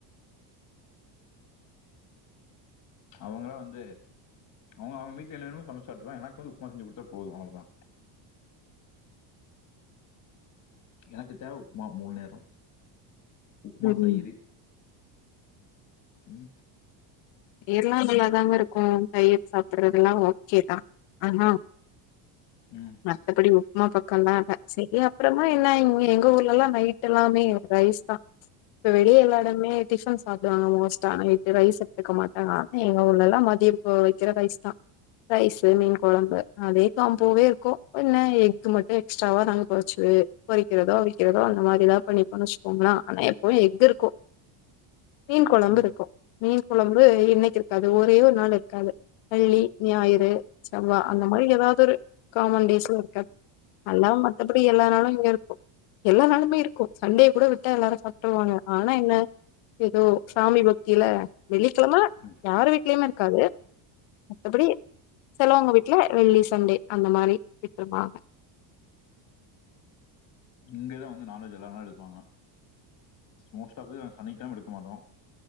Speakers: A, on the left (about 40°); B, on the left (about 65°).
A: அவுங்களா வந்து அவுங்க அவுங்க வீட்ல என்னென்னமோ சமைச்சு சாப்ட்டுப்பாங்க எனக்கு வந்து உப்மா செஞ்சு குடுத்தா போது அவ்ளோதா எனக்கு தேவ உப்மா மூணு நேர உப்மா
B: ம்
A: தயிறு ம்
B: பேர்லா நல்லாதாங்க
A: ம்
B: இருக்கு கை வெச் சாப்புட்றதெல்லா ஓகேதா ஆஹா
A: ம்
B: மத்தபடி உப்மா பக் கண்ணாட செரி அப்றமா என்னா இங்க எங்க ஊர்லலா நைட்டெலாமே ரைஸ்தா இப்ப வெளியே எல்லா எடமுமே டிஃபன் சாப்டுவாங்க மோஸ்டா நைட்டு ரைஸு எடுக்க மாட்டாக ஆனா எங்க ஊர்லலா மதிய இப்போ வக்கிற ரைஸ்தான் ரைஸு மீன் கொழம்பு அதே காம்போவே இருக்கு என்ன எக்கு மட்டு எக்ஸ்ட்ராவா நாங்க பொறிச்சு பொறிக்கிறதோ அவிக்கிறதோ அந்த மாரி எதா பண்ணிப்போன் வச்சுக்கோங்களே ஆனா எப்பவு எக் இருக்கு மீன் கொழம்பு
A: ம்
B: இருக்கு மீன் குழம்பு இன்னைக்கிருக்காது ஒரே ஒரு நாள் இருக்காது வெள்ளி ஞாயிறு செவ்வா அந்த மாரி எதாதொரு காமன் டேஸ்ல இருக்காது நல்லா மத்தபடி எல்லா நாளு இங்க இருக்கு எல்லா நாளுமே இருக்கு சண்டே கூட விட்டா எல்லாரு சாப்ட்ருவாங்க ஆனா என்ன எதோ சாமி பக்தில வெள்ளிக்கிழம
A: ம்.
B: யாரு வீட்லயுமே இருக்காது மத்தபடி செலவங்க வீட்ல வெள்ளி சண்டே அந்த மாரி விட்ருவாங்க
A: இங்கதா வந்து நான்வெஜ் எல்லாமே எடுப்பாங்க மோஸ்ட் ஆஃபு சனிக்கெழம எடுக்க மாட்டோ